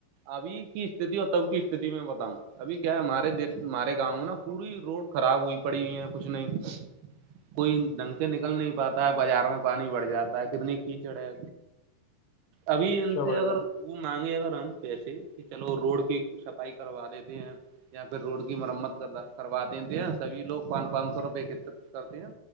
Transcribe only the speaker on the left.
اچھا
بھائی
جان